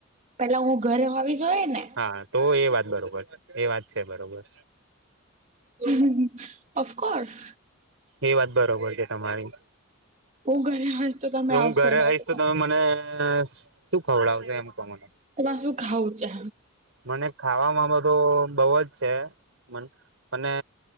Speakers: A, on the right (about 30°); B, on the right (about 65°).
A: પેલા હું ઘરે હોવી જોઈ ને.
B: હા તો એ વાત બરોબર એ વાત છે બરોબર.
A: હુ હુ ઓફકોર્સ.
B: એ વાત બરોબર છે તમારી.
A: હું ઘરે હંશ તો તમે
B: હું
A: આવશો
B: ઘરે
A: ને
B: આવીઈશ
A: ત
B: તો તમે મને શું ખવડાવશે એમ કો મને?
A: તમારે શું ખાવું છે?
B: મને ખાવામાં બધો બહ જ છે, મ અને